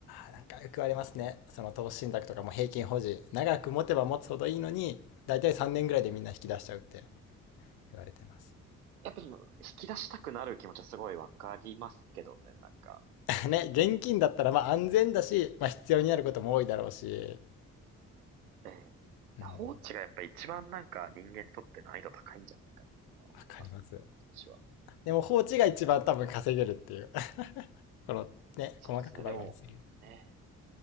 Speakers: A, on the left (about 60°); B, on the right (about 85°).
A: あ、なんかよく言われますね。その投資信託とかも平均保持。長く持てば持つほどいいのに、だいたい3年ぐらいでみんな引き出しちゃうって言われてます。
B: やっぱりもう引き出したくなる気持ちはすごいわかりますけどね、なんか。
A: <laughs> ね、現金だったらまあ安全だし、まあ必要になることも多いだろうし、
B: ええ。いや放置がやっぱ一番なんか人間にとって難易度高いんじゃないかなとは思いますね。
A: うん、わかります。
B: 投資は。
A: でも放置が一番多分稼げるっていう。<laughs> このね、
B: そうですね。
A: 細かくバイバイ。
B: でも、ねえ。